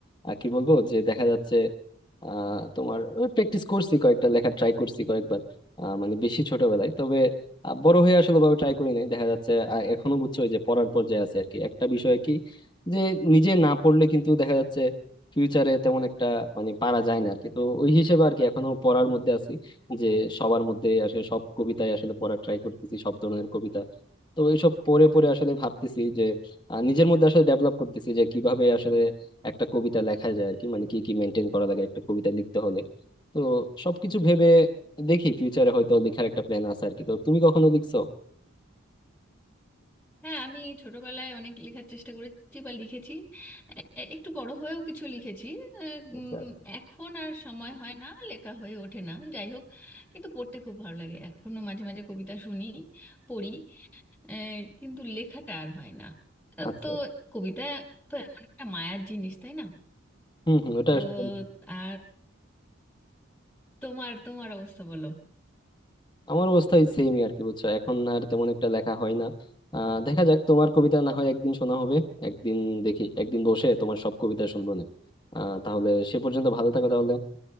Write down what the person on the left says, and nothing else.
আহ, কি বলবো যে দেখা যাচ্ছে আহ তোমার প্র্যাকটিস করছি কয়েকটা লেখা ট্রাই করছি কয়েকবার আহ, মানে বেশি ছোটবেলায় তবে আহ, বড় হয়ে আসলে ভাবে ট্রাই করি নাই দেখা যাচ্ছে আহ, এখনো বুঝছো ওই যে পড়ার পর্যায়ে আছে আর কি একটা বিষয় কি যে নিজে না পড়লে কিন্তু দেখা যাচ্ছে ফিউচারে তেমন একটা মানে পারা যায় না আর কি তো ওই হিসেবে আর কি এখনো পড়ার মধ্যে আছি যে সবার মধ্যে আসলে সব কবিতায় আসলে পড়ার ট্রাই করতেছি সব ধরনের কবিতা তো এইসব পড়ে পড়ে আসলে ভাবতেছি আর নিজের মধ্যে আসলে ডেভেলপ করতেছি যে কিভাবে আসলে একটা কবিতা লেখা যায় আর কি মানে কি কি মেনটেন করা লাগে একটা কবিতা লিখতে হলে তো সবকিছু ভেবে দেখি ফিউচারে হয়তো লেখার একটা প্ল্যান আছে আর কি তো তুমি কখনো লিখছো
আচ্ছা
আচ্ছা
আচ্ছা
হম হম ওটা
একদম ঠিক।
আমার অবস্থা ওই সেমই আর কি বুঝছো এখন আর তেমন একটা লেখা হয় না আহ দেখা যাক তোমার কবিতা না হয় একদিন শোনা হবে একদিন দেখি একদিন বসে তোমার সব কবিতা শুনবো না আহ তাহলে সে পর্যন্ত ভালো থাকো তাহলে